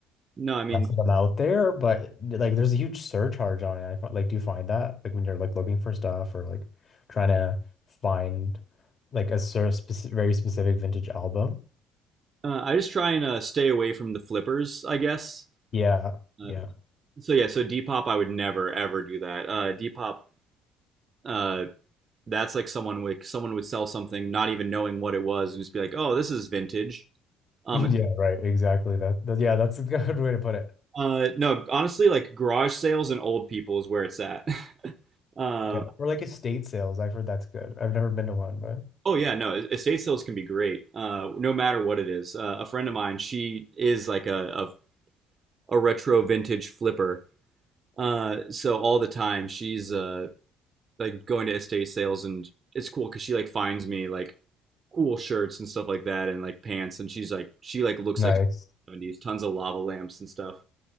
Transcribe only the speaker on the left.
less of them out there, but like there's a huge surcharge on it. I fi- like do you find that like when you're like looking for stuff or like trying to find like a sort of speci very specific vintage album?
Yeah, yeah,
<laughs>
yeah. Right, exactly. That, that, yeah, that's a good way to put it.
Yeah, or like estate sales. I've heard that's good. I've never been to one, but
nice.